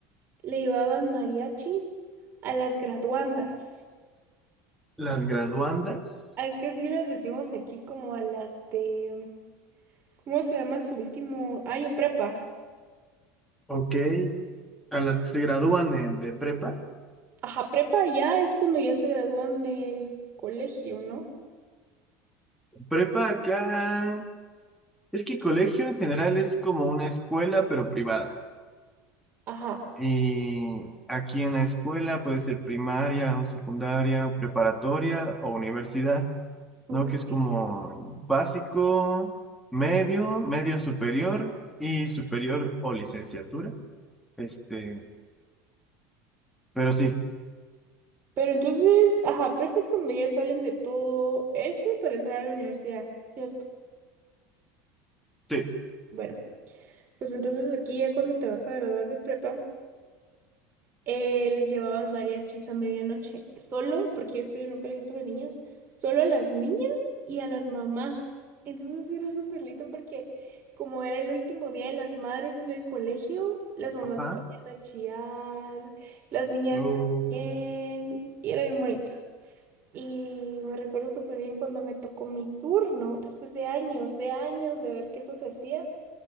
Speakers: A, on the right; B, in the centre.
A: le llevaban mariachis a las graduandas,
B: Las graduandas,
A: al que sí les decimos aquí como a las de ¿Cómo se llama su último año prepa?
B: ok. A las que se gradúan eh, de prepa.
A: Ajá, prepa ya es cuando ya se gradúan del colegio, ¿no?
B: Prepa acá. Es que colegio en general es como una escuela, pero privada.
A: Ajá,
B: Y aquí en la escuela puede ser primaria o secundaria, o preparatoria o universidad,
A: ok.
B: ¿no? Que es como básico, medio, medio superior y superior o licenciatura. Este, pero sí,
A: Pero entonces, ajá, prepa es cuando ya salen de todo eso para entrar a la universidad, ¿cierto?
B: sí,
A: Bueno, pues entonces aquí ya cuando te vas a graduar de prepa. eh, les llevaban mariachis a medianoche, solo, porque yo estoy en un colegio solo de niñas, solo a las niñas y a las mamás. Entonces era súper lindo porque como era el último día de las madres en el colegio, las mamás
B: ajá.
A: se ponían a chillar, las niñas
B: o-
A: también, y era bien bonito. Y me recuerdo súper bien cuando me tocó mi turno, después de años, de años de ver que eso se hacía,